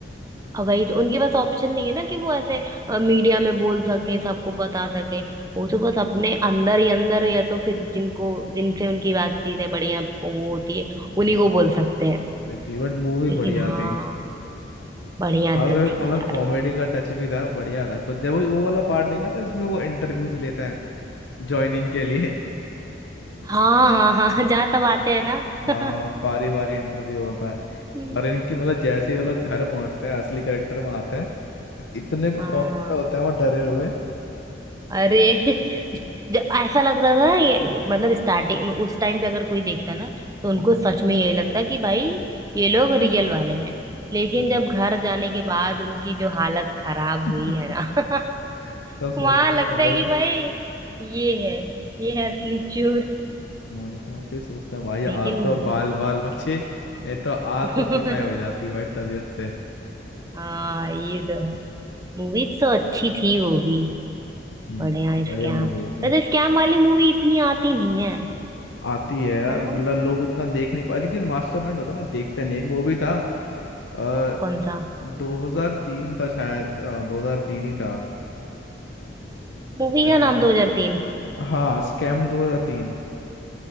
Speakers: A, on the right (about 20°); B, on the left (about 75°).
A: अब वही तो उनके पास ऑप्शन नहीं है ना कि वो ऐसे मीडिया में बोल सकें सबको बता सकें वो तो बस अपने अंदर ही अंदर या तो फिर जिनको जिनसे उनकी बातचीत है बढ़िया वो होती है उन्हीं
B: एग्जैक्टली
A: को बोल सकते हैं
B: बट मूवी
A: लेकिन
B: बढ़िया
A: हाँ
B: थी
A: बढ़िया
B: हाँ सर
A: तो थी
B: मतलब
A: यार
B: कॉमेडी का टच भी था बढ़िया था कुछ जब वो वो वाला पार्ट देखा था इसमें वो इंटरव्यूज लेते हैं ज्वाइनिंग के लिए
A: हाँ हाँ हाँ हाँ जहाँ सब आते हैं ना
B: हाँ
A: <laughs>
B: बारी बारी इंटरव्यू होता है
A: हम्म।
B: और इनकी मतलब जैसे ही वो लोग घर पहुंचते हैं असली करेक्टर में आते हैं इतने
A: हाँ
B: खौफ में होते हैं वो डरे हुए
A: अरे <laughs> जो ऐसा लगता था ना ये मतलब स्टार्टिंग उस टाइम पे अगर कोई देखता ना तो उनको
B: हम्म,
A: सच में यही लगता कि भाई ये लोग रियल वाले हैं लेकिन
B: बिल्कुल।
A: जब घर जाने के बाद उनकी जो हालत खराब
B: <laughs>
A: हुई है ना <laughs>
B: तब सोचते
A: वहां लगता
B: थे भाई
A: है कि भाई ये है ये है असली चोर
B: वही तो फिर सोचते हैं भाई आज
A: लेकिन
B: तो बाल बाल बचे ये तो आज
A: <laughs>
B: तो कुटाई हो जाती भाई तबीयत से
A: हाँ ये तो है मूवीज तो अच्छी थी वो भी
B: हम्म
A: बढ़िया
B: बढ़िया
A: स्कैम
B: मूवी थी
A: वैसे स्कैम वाली मूवी इतनी आती नहीं है
B: आती है यार
A: है ना
B: मतलब लोग इतना देख नहीं पा लेकिन मास्टरमाइंड होता है ना देखते नहीं एक वो भी था अ,
A: कौन सा
B: 2003 था शायद अ, 2003 ही था
A: मूवी
B: मैं
A: का
B: वहाँ
A: नाम 2003
B: हाँ स्कैम 2003